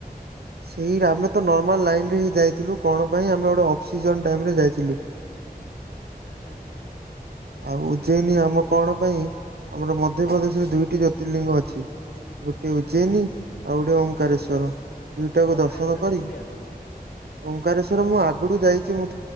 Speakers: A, on the right; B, on the left.
A: ସେଇ ଆମେ ତ ନର୍ମାଲ୍ ଲାଇନ୍ ରେ ହିଁ ଯାଇଥିଲୁ କଣ ପାଇଁ ଆମେ ଗୋଟେ ଅଫସିଜନ୍ ଟାଇମ ରେ ଯାଇଥିଲୁ।
B: ଆଚ୍ଛା, ଆଚ୍ଛା, ଆଚ୍ଛା।
A: ଆଉ ଉଜୟନୀ ଆମ କଣ ପାଇଁ
B: ହୁଁ
A: ଆମର ମଧ୍ୟପ୍ରଦେଶରେ ଦୁଇଟି ଜ୍ୟୋତିର୍ଲିଙ୍ଗ ଅଛି। ଗୋଟେ ଉଜୟନୀ
B: ହୁଁ ହୁଁ
A: ଆଉ ଗୋଟେ ଓକାରେଶ୍ଵର ଦୁଇଟାକୁ
B: ଓମକାରେଶ୍ୱର
A: ଦର୍ଶନ କରି
B: ଯାଇଥିଲେ ଆପଣ?
A: ଓଙ୍କେଶ୍ଵର ମୁଁ ଆଗରୁୁ ଯାଇଛି। ମୁଁ